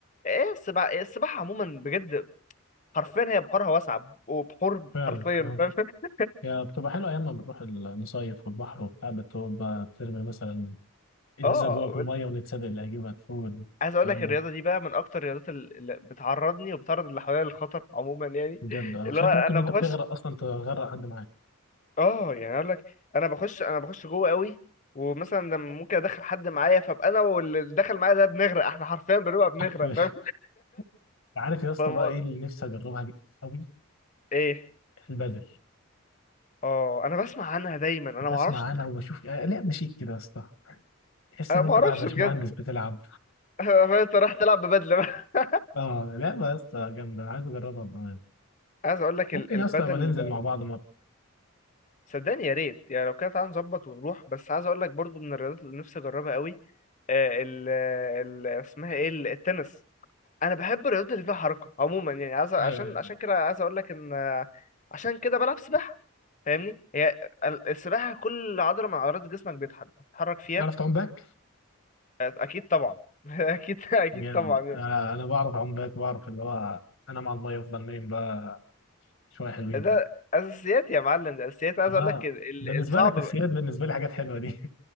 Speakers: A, on the left; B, on the left.
A: ايه السباحة السباحة عموما بجد حرفيا هي بحورها واسعة وبحور
B: فعلا
A: حرفيا
B: اه
A: فاهم <laughs>
B: هي بتبقى حلوه ايام ما بنروح ال- نصيف والبحر وبتاع بتقعد بقى ترمي مثلا ازازه
A: اه
B: جوه في الميه ونتسابق اللي هيجيبها فوق الكلام
A: عايز اقول لك الرياضه
B: ده
A: دي بقى من اكتر الرياضات ال- اللي بتعرضني وبتعرض اللي حواليا للخطر عموما يعني
B: بجد اه
A: اللي
B: عشان
A: هو
B: انت
A: انا
B: ممكن وانت
A: بخش
B: بتغرق اصلا تغرق حد معاك
A: اه يعني اقول لك انا بخش انا بخش جوه قوي ومثلا لما ممكن ادخل حد معايا فابقى انا واللي دخل معايا ده بنغرق احنا حرفيا بنبقى بنغرق
B: <laughs>
A: فاهم
B: عارف
A: <laughs>
B: يا اسطى
A: فالموضوع-
B: بقى ايه اللي نفسي اجربها قوي
A: ايه
B: البدل
A: اه انا بسمع عنها دايما انا
B: بسمع
A: ما اعرفش
B: عنها وبشوف آه، لعبه شيك كده يا اسطى تحس
A: انا
B: ان
A: ما
B: انت
A: اعرفش
B: رايح باشمهندس
A: بجد
B: بتلعب
A: <laughs> انت رايح تلعب ببدله بقى
B: اه لعبه يا اسطى جامده انا عايز اجربها
A: عايز اقول لك
B: ممكن
A: ال- البدل
B: يا اسطى يبقى ننزل مع بعض ماتش
A: صدقني يا ريت يعني لو كده تعالى نظبط ونروح بس عايز اقول لك برضو من الرياضات اللي نفسي اجربها قوي آه، ال ال اسمها ايه ال- التنس انا بحب الرياضات اللي فيها حركه عموما يعني عايز عشان
B: ايوه يعني
A: عشان كده عايز اقول لك ان آه، عشان كده بلعب سباحه فاهمني هي ال- السباحه كل عضله من عضلات جسمك بيتح- بتتحرك فيها
B: تعرف تعوم باك
A: آه، اكيد طبعا <laughs> اكيد اكيد
B: جامد
A: طبعا يعني
B: آه انا بعرف اعوم باك بعرف اللي هو انا مع الميه افضل نايم بقى شويه حلوين
A: ده
B: كده
A: اساسيات يا معلم ده اساسيات عايز
B: اه
A: اقول لك ال- ال-
B: بالنسبه
A: الصعب
B: لك السياد بالنسبه لي حاجات حلوه دي <laughs>